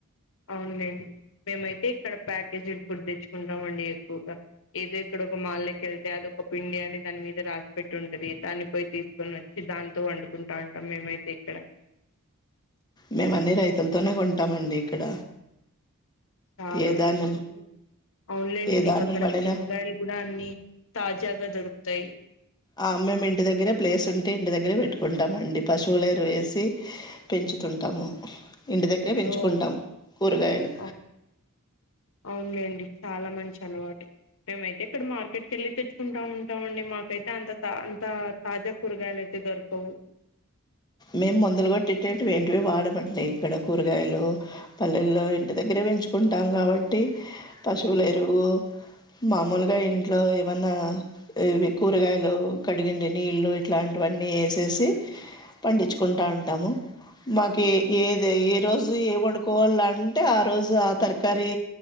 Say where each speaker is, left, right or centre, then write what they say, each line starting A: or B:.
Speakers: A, on the left; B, on the left.
A: అవునులేండి మేమైతే ఇక్కడ ప్యాకేజ్ ఫుడ్ తెచ్చుకుంటాం అండి ఎక్కువగా ఏదో ఇక్కడ ఒక మాకి వెళ్తే అదొ ఒక పిండి అని దాని మీద రాసి పెట్టి ఉంటది దాన్ని పోయి తీసుకొని వచ్చి దాంతో వండుకుంటా ఉంటాం మేమైతే ఇక్కడ
B: మేము అన్ని రైతులతోనే కొంటామండి ఇక్కడ
A: చాలా
B: ఏ
A: మంచిదడి
B: ధాన్యం
A: అవునులేండి
B: ఏ
A: మీకు
B: ధాన్యం
A: అక్కడ
B: పండినా
A: కూరగాయలు కూడా అన్ని తాజాగా దొరుకుతాయి
B: ఆ మేము ఇంటి దగ్గర ప్లేస్ ఉంటే ఇంటి దగ్గరే పెట్టుకుంటాం అండి పశువులేరు వేసి పెంచుతుంటాము ఇంటి దగ్గరే పెంచుకుంటాము
A: ఓ
B: కూరగాయలు
A: అవు అవునులేండి చాలా మంచి అలవాటు మేమైతే ఇక్కడ మార్కెట్ క వెళ్ళి తెచ్చుకుంటా ఉంటాం అండి మాకైతే అంత తా అంత తాజా కూరగాయలు అయితే దొరకవు
B: మేము ముందలు కొట్టిట్టేవి ఇంటివి వాడమంటన్నాయి ఇక్కడ కూరగాయలు పల్లెల్లో ఇంటి దగ్గరే పెంచుకుంటాము కాబట్టి పశువులు ఎరువు మామూలుగా ఇంట్లో ఏమన్నా కూరగాయలు కడిగిడి నీళ్ళు ఇట్లాంటివన్నీ వేసేసి పండించుకుంటూ ఉంటాము మాకు ఏది ఏ రోజు ఏ వండుకోవాల అంటే ఆ రోజు ఆ తరకీ